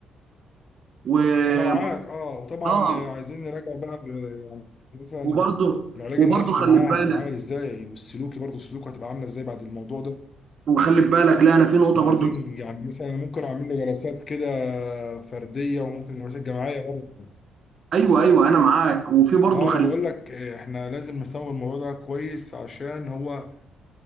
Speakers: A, on the right (about 55°); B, on the left (about 40°).
A: و
B: انا معاك اه وطبعا
A: اه
B: آه، عايزين نراجع بقى آه، يعني مثلا
A: وبرضه
B: العلاج
A: وبرضه
B: النفسي
A: خلي
B: معاه
A: بالك
B: هيكون عامل ازاي والسلوكي برضه سلوكه هتبقى عامله ازاي بعد الموضوع ده
A: وخلي بالك لا انا في نقطه
B: احنا
A: برضه
B: عايزين
A: نسيت
B: يعني مثلا أنا ممكن اعمل له جلسات كده فرديه وممكن جلسات جماعيه برضه
A: ايوه ايوه انا معاك وفي برضه
B: اه
A: خلي
B: انا بقول لك آه، احنا لازم نهتم بالموضوع ده كويس عشان هو